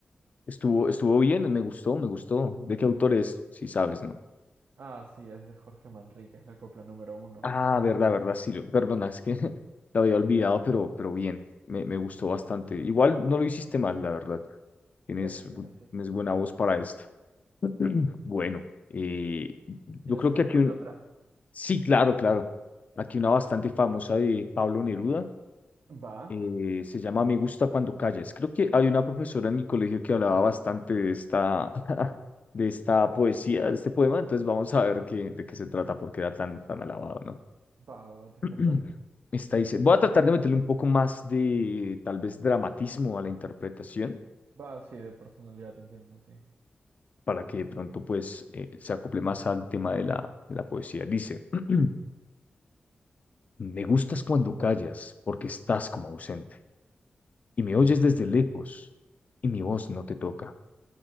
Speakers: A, on the left; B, on the right.
A: Estuvo, estuvo bien, me gustó, me gustó. ¿De qué autor es? Si sabes, ¿no?
B: Ah, sí, es de Jorge Manrique, es la copla número uno.
A: Ah, verdad, verdad, sí, lo, perdona, es que <laughs> lo había olvidado, pero, pero bien, me, me gustó bastante. Igual no lo hiciste mal, la verdad. Tienes,
B: Gracias,
A: bu-
B: gracias.
A: tienes buena voz para esto. <clears throat> Bueno, eh, yo
B: ¿Quieres
A: creo
B: mandarte
A: que aquí un...
B: otra?
A: Sí, claro, claro. Aquí una bastante famosa de Pablo Neruda.
B: Va,
A: eh, se llama Me gusta cuando callas. Creo que hay una profesora en mi colegio que hablaba bastante de esta, <laughs> de esta poesía, de este poema. Entonces vamos a ver qué, de qué se trata, porque era tan, tan alabado, ¿no?
B: va, va, va, te
A: <clears throat>
B: escucho.
A: Está dice, voy a tratar de meterle un poco más de tal vez dramatismo a la interpretación
B: Va, sí, de personalidad te entiendo, sí.
A: para que de pronto pues eh, se acople más al tema de la, de la poesía. Dice, <clears throat> me gustas cuando callas porque estás como ausente y me oyes desde lejos y mi voz no te toca.